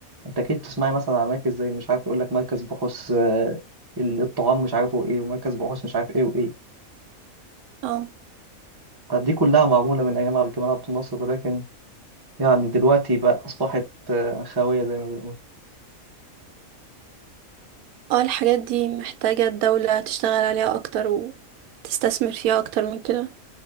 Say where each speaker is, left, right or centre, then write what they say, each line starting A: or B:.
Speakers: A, on the right; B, on the right.
A: أنت أكيد تسمعي مثلا على مراكز زي مش عارف يقول لك مركز بحوث آه، الطعام مش عارفه إيه ومركز بحوث مش عارف إيه وإيه
B: اه
A: دي كلها معمولة من أيام عبد- جمال عبد الناصر ولكن يعني دلوقتي بقى أصبحت آه، خاوية زي ما بنقول
B: اه الحاجات دي محتاجة الدولة تشتغل عليها أكتر وتستثمر فيها أكتر من كده